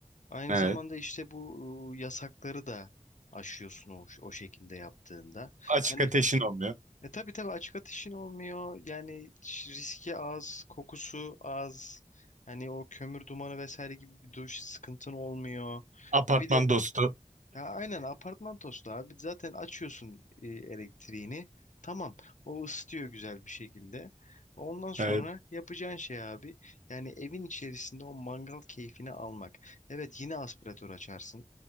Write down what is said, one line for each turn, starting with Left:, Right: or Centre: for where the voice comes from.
Left: Aynı
Right: Evet.
Left: zamanda işte bu e, yasakları da aşıyorsun o, o şekilde yaptığında.
Right: açık
Left: Hani
Right: ateşin olmuyor.
Left: E tabii tabii açık ateşin olmuyor. Yani ş- riski az, kokusu az. Hani o kömür dumanı vesaire gibi bir duş sıkıntın olmuyor.
Right: Apartman
Left: E bir de
Right: dostu.
Left: ya aynen apartman tostu abi. Zaten açıyorsun e, elektriğini. Tamam. O ısıtıyor güzel bir şekilde. Ondan sonra
Right: Evet.
Left: yapacağın şey abi yani evin içerisinde o mangal keyfini almak. Evet yine aspiratör açarsın.